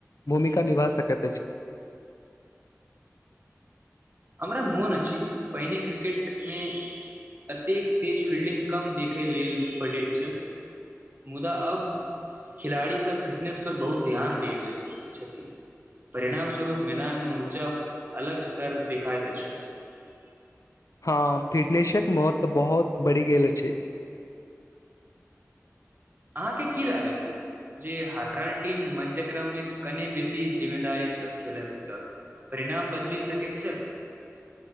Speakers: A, on the left (about 80°); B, on the right (about 40°).
A: भूमिका निभा सकत अछि
B: हमरा मोन अछि पहिने क्रिकेट मे एतेक तेज फील्डिंग कम देखै लेल भेटैत छल मुदा अब खेलाड़ीसभ फिटनेस पर बहुत ध्यान दैत छथि परिणाम स्वरूप मैदानमे ऊर्जा अलग स्तर देखायत अछि
A: हँ फिटनेसक महत्व बहुत बढ़ि गेल छै
B: अहाँके की लागत अछि जे हरल्ड टीम मध्यक्यक्रममे कने बेसी जिम्मेदारीसँ खेलत त परिणाम बदलि सकैत छथि